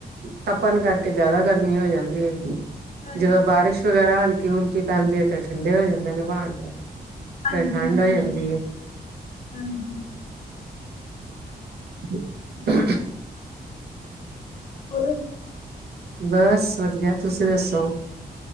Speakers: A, on the right; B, on the left.
A: ਤਪਣ ਕਰਕੇ ਜਿਆਦਾ ਗਰਮੀ ਹੋ ਜਾਂਦੀ ਹੋਏਗੀ।
B: ਹਾਂਜੀ
A: ਜਦੋਂ ਬਾਰਿਸ਼
B: ਹਾਂਜੀ।
A: ਵਗੈਰਾ ਹਲਕੀ-ਹੁਲਕੀ ਪੈਂਦੀ ਹੈ ਤੇ ਠੰਡੇ ਹੋ ਜਾਂਦੇ ਨੇ ਪਾੜ ਫੇਰ
B: ਹਾਂਜੀ
A: ਫਿਰ ਠੰਡ
B: ਹਾਂਜੀ।
A: ਹੋ ਜਾਂਦੀ ਏ।
B: ਹਾਂਜੀ
A: <unintelligible>
B: ਹੋਰ
A: ਬਸ ਵਧੀਆ ਤੁਸੀ ਦੱਸੋ?